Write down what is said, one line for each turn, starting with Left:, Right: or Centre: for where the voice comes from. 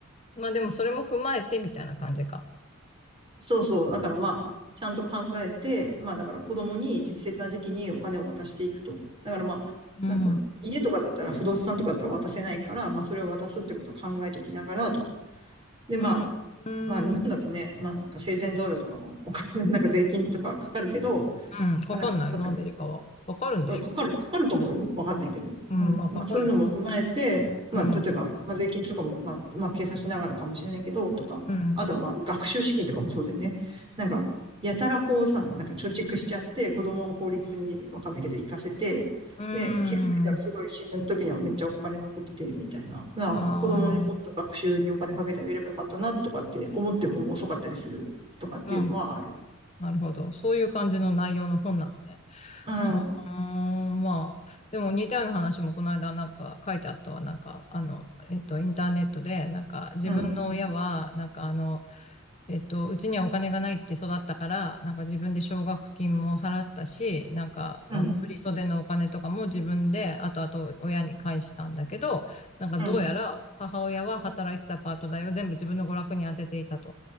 Left: まあでもそれも踏まえてみたいな感じか。
Right: そうそう。だからまあ、ちゃんと考えて、まあだから子供に適切な時期にお金を渡していくと。だからまあ、
Left: うん。
Right: なんつうの、
Left: う
Right: 家とかだったら不動産とかだったら渡せないから、まあそれを渡すってことを考えときながらとか。でまあ、
Left: ん。うん。
Right: まあ日本だとね、まあなんか生前贈与とかのお金、なんか税金とかかかるけど、
Left: うんかかんないの、
Right: まあなんか例えば
Left: アメリカは。かかるんでしょ。
Right: かかる、かかると思うよ。わかんないけど。
Left: うん。
Right: うん。
Left: まあかかるよね。
Right: まあそういうのも踏まえて、まあ例えば、
Left: うん。
Right: まあ税金とかも、まあ、まあ計算しながらかもしれないけど、とか、
Left: うん。
Right: あとはまあ学習資金とかもそうだよね。なんか、やたらこうさ、なんか貯蓄しちゃって、子供を公立にわかんないけど行かせて、
Left: うん。
Right: で、気がついたらすごい死ぬ時にはめっちゃお金残ってて、みたいな。な子供にもっと学習にお金かけてあげればよかったな、
Left: ああ、
Right: とかって思ってももう遅かったりするとかっていうのはある。
Left: まあ、なるほど。そういう感じの内容の本なのね。
Right: うん、
Left: うん、まあ、でも似たような話もこの間なんか書いてあったわ。なんか、あの、えっと、インターネットで、なんか自分の親は、
Right: うん、
Left: なんかあの、えっと、うちにはお金がないって育ったから、なんか自分で奨学金も払ったし、なんか、
Right: うん、
Left: あの、振り袖のお金とかも自分で後々親に返したんだけど、なんかどうやら母親は働いてたパート代を全部自分の娯楽に当てていたと。
Right: うん、